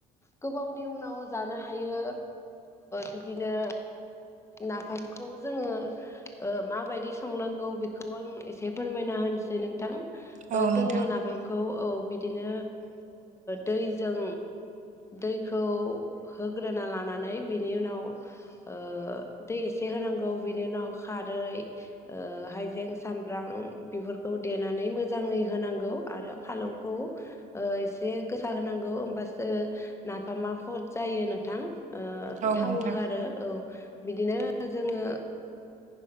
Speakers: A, on the left; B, on the right.
A: गोबाव नि उनाव जानो हायो बिदिनो नाफामखौ जोङो माबायदि संनांगौ बेखौ आं एसे फोरमायना होनोसै नोंथां
B: औ नोंथां
A: जोङो नाफामखौ औ बिदिनो दैजों दै खौ होग्रोना लानानै बिनि उनाव ओ दै एसे होनांगौ बिनि उनाव खारै हाइजें सामब्राम बेफोरखौ देनानै मोजाङै होनांगौ आरो फालौखौ ओ एसे गोसा होनांगौ होमबासो नाफामा खद जायो नोंथां
B: औ
A: थावो
B: नोंथां
A: आरो औ बिदिनो जोङो